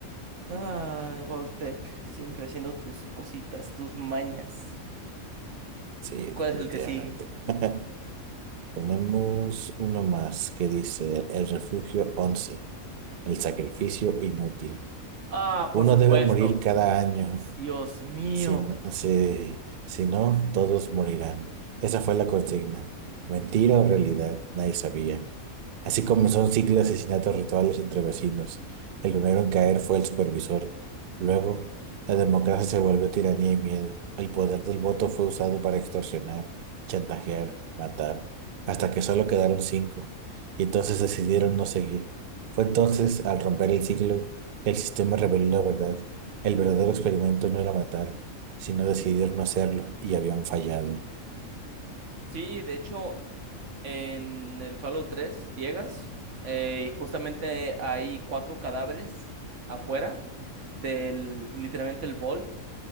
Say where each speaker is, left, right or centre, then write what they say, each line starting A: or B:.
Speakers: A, on the right; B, on the right.
A: Ay, Voltec, siempre haciendo tus cositas, tus mañas.
B: Sí, definitivamente.
A: ¿Cuál es el que sigue?
B: <laughs> Tenemos uno más que dice el refugio 11, el sacrificio inútil.
A: Ah,
B: Uno
A: por supuesto.
B: debe morir cada año.
A: Dios mío.
B: Si no, si, si no, todos morirán. Esa fue la consigna. Mentira o realidad, nadie sabía. Así comenzó un ciclo de asesinatos rituales entre vecinos. El primero en caer fue el supervisor. Luego, la democracia se volvió tiranía y miedo. El poder del voto fue usado para extorsionar, chantajear, matar, hasta que solo quedaron cinco. Y entonces decidieron no seguir. Fue entonces, al romper el ciclo, que el sistema reveló la verdad. El verdadero experimento no era matar sino decidieron no hacerlo y habían fallado.
A: Sí, de hecho, En el Fallout tres llegas eh, y justamente hay cuatro cadáveres afuera del literalmente el Vault.